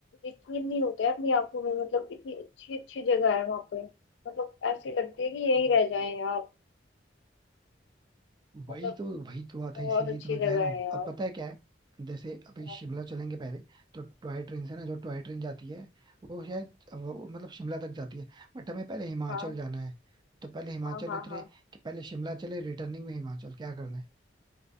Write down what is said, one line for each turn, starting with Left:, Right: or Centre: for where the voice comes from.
Left: यकीन नहीं होता है अपनी आंखों में मतलब इतनी अच्छी अच्छी जगह है वहां पे मतलब ऐसी लगती है कि यही
Right: वही
Left: रह जाए यार
Right: वही
Left: मतलब
Right: तो वही तो बात
Left: बहुत
Right: है इसीलिए
Left: अच्छी
Right: तो मैं कह
Left: जगह
Right: रहा
Left: है
Right: हूँ
Left: यार
Right: अब पता है क्या है जैसे अभी
Left: हाँ
Right: शिमला चलेंगे पहले तो टॉय ट्रेन से ना जो टॉय ट्रेन जाती है वो शायद वो, वो मतलब शिमला तक जाती है बट हमें पहले हिमाचल
Left: हाँ
Right: जाना है तो पहले हिमाचल
Left: हाँ हाँ
Right: उतरे
Left: हाँ
Right: कि पहले शिमला चले रिटर्निंग में हिमाचल क्या करना है